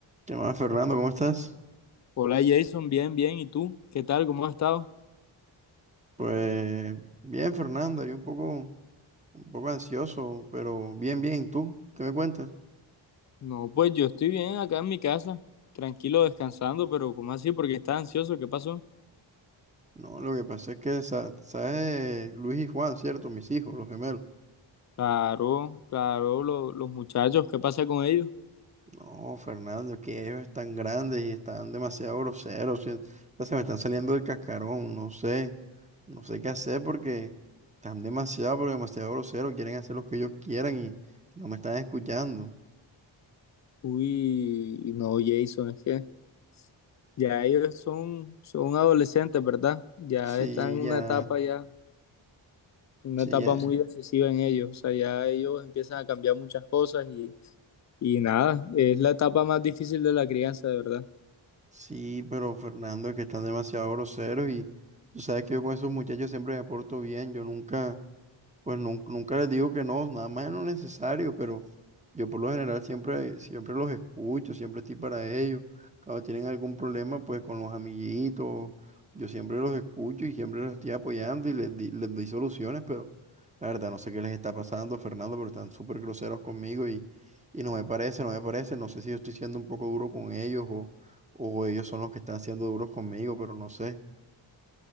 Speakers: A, on the right; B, on the left.
A: ¿Qué más, Fernando? ¿Cómo estás?
B: Hola Jason, bien, bien. ¿Y tú? ¿Qué tal? ¿Cómo has estado?
A: Pues bien, Fernando, yo un poco, un poco ansioso, pero bien, bien. ¿Tú qué me cuentas?
B: No, pues yo estoy bien acá en mi casa, tranquilo, descansando, pero ¿cómo así? Porque estás ansioso? ¿Qué pasó?
A: No, lo que pasa es que, sa- ¿sabes? Luis y Juan, ¿cierto? Mis hijos, los gemelos.
B: Claro, claro, lo- los muchachos, ¿qué pasa con ellos?
A: No, Fernando, es que ellos están grandes y están demasiado groseros. ¿sí? Ya se me están saliendo del cascarón, no sé. No sé qué hacer porque están demasiado, pero demasiado groseros. Quieren hacer lo que ellos quieran y no me están escuchando.
B: Uy, no, Jason, es que ya ellos son, son adolescentes, ¿verdad? Ya
A: Sí,
B: están en
A: ya,
B: una etapa ya, una
A: sí,
B: etapa
A: ya.
B: muy decisiva en ellos. O sea, ya ellos empiezan a cambiar muchas cosas y, y nada, es la etapa más difícil de la crianza, de verdad.
A: Sí, pero Fernando, es que están demasiado groseros y tú sabes que yo con esos muchachos siempre me porto bien, yo nunca, pues nun- nunca les digo que no, nada más es lo necesario, pero yo por lo general siempre, siempre los escucho, siempre estoy para ellos. Cuando tienen algún problema, pues con los amiguitos, yo siempre los escucho y siempre los estoy apoyando y les, di- les doy soluciones, pero la verdad no sé qué les está pasando, Fernando, pero están súper groseros conmigo y, y no me parece, no me parece, no sé si yo estoy siendo un poco duro con ellos o, o ellos son los que están siendo duros conmigo, pero no sé.